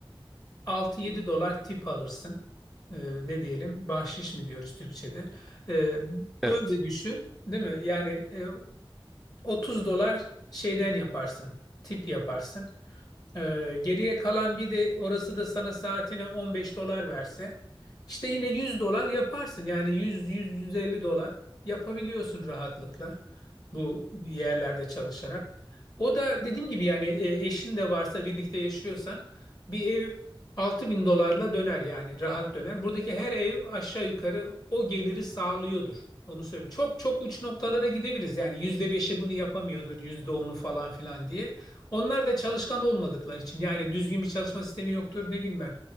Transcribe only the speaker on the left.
altı yedi dolar tip alırsın. Ee, ne diyelim? Bahşiş mi diyoruz Türkçe'de? Ee, öyle
düşün, değil mi? Yani e, 30 dolar şeyden yaparsın, tip yaparsın. Ee, geriye kalan bir de orası da sana saatine 15 dolar verse, işte yine 100 dolar yaparsın. Yani 100-100-150 dolar yapabiliyorsun rahatlıkla bu yerlerde çalışarak. O da dediğim gibi yani e, eşin de varsa birlikte yaşıyorsan bir ev altı bin dolarla döner yani rahat döner. Buradaki her ev aşağı yukarı o geliri sağlıyordur. Onu söyleyeyim. Çok çok uç noktalara gidebiliriz. Yani yüzde beşi bunu yapamıyordur, yüzde onu falan filan diye. Onlar da çalışkan
olmadıkları için yani düzgün bir çalışma sistemi yoktur ne bilmem.